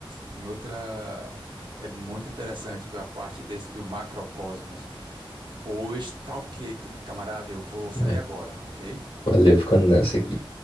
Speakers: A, on the right (about 60°); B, on the left (about 80°).
A: em outra. É muito interessante ver a parte desse do macrocosmos. Pois tá ok, camarada, eu vou sair
B: É,
A: agora, ok?
B: valeu, ficando nessa aqui.